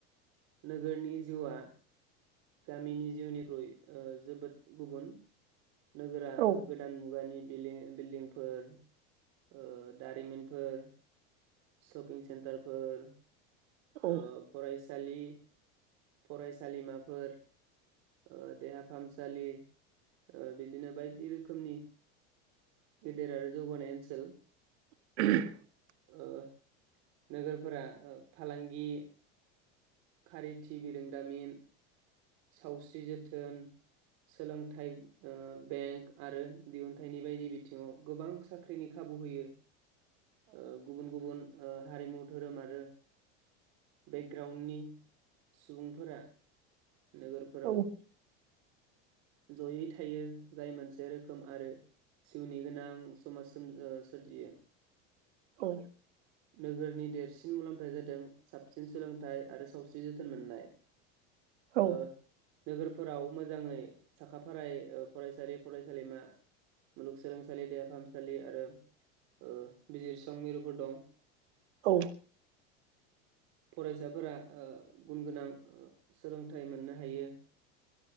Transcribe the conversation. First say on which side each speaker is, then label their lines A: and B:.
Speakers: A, on the right (about 55°); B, on the right (about 85°).
A: नगोरनि जिउआ गामिनि जिउनिख्रुइ ओ जोबोद गुबुन नोगोरा
B: औ
A: गोदान मुगानि बिलि बिल्दिंफोर ओ दारिमिनफोर शपिं सेन्टारफोर
B: औ
A: ओ फरायसालि फरायसालिमाफोर ओ देहा फाहामसालि ओ बिदिनो बायदि रोखोमनि गेदेर आरो जौगानाय ओनसोल
B: <unintelligible>
A: ओ नोगोरफोरा ओ फालांगि खारिथि थि बिरोंदामिन सावस्रि जोथोन सोलोंथाइ ओ बेंक आरो दिहुनथाइनि बायदि बिथिङाव गोबां साख्रिनि नि खाबु होयो ओ गुबुन गुबुन ओ हारिमु धोरोम आरो बेकग्राउणडनि सुबुंफोरा नोगोरफोराव
B: औ औ <inaudible>
A: जयै थायो जाय मोनसे रोखोम आरो जिउनि गोनां समाज सोम सोरजियो
B: औ
A: नोगोरनि देरसिन मुलाम्फाया जादों साबसिन सोलोंथाय आरो सावस्रि जोथोन मोननाय
B: औ।
A: ओ नोगोरफोराव मोजाङै साखा फारायै फरायसालि फरायसालिमा मुलुगसोलोंसालि देहा फाहामसालि आरो ओ बिजिरसं मिरुफोर दं।
B: औ।
A: फरायसाफोरा ओ गुन गोनां ओ सोलोंथाइ मोननो हायो।